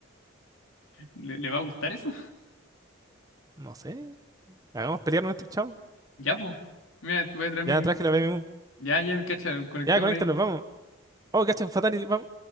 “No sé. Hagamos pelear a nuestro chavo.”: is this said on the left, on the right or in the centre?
Right